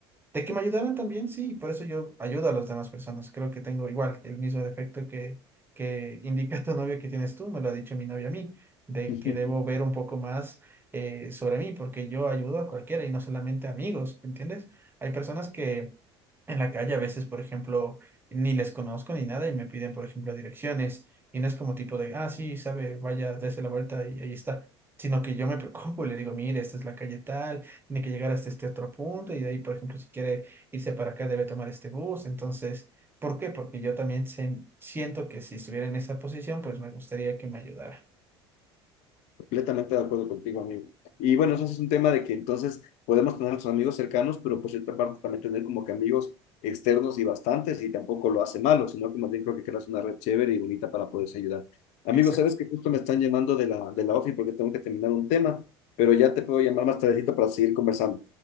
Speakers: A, on the right; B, on the left.
A: de que me ayudaran también, sí, por eso yo ayudo a las demás personas. Creo que tengo igual el mismo defecto que, que indica tu novio que tienes tú, me lo ha dicho mi novia a mí, de
B: <laughs>
A: que debo ver un poco más eh, sobre mí, porque yo ayudo a cualquiera y no solamente a amigos, ¿entiendes? Hay personas que en la calle a veces, por ejemplo, ni les conozco ni nada y me piden, por ejemplo, direcciones y no es como tipo de, ah, sí, sabe, vaya, dése la vuelta y ahí está, sino que yo me preocupo y le digo, mire, esta es la calle tal tiene que llegar hasta este otro punto y de ahí, por ejemplo, si quiere irse para acá, debe tomar este bus. Entonces, ¿por qué? Porque yo también sen- siento que si estuviera en esa posición, pues me gustaría que me ayudara.
B: Completamente de acuerdo contigo, amigo. Y bueno, eso es un tema de que entonces podemos tener a nuestros amigos cercanos, pero por cierta parte también tener como que amigos externos y bastantes, y tampoco lo hace malo, sino que más bien creo que creas una red chévere y bonita para poderse ayudar. Amigos,
A: Exacto.
B: sabes que justo me están llamando de la, de la OFI porque tengo que terminar un tema, pero ya te puedo llamar más tardecito para seguir conversando.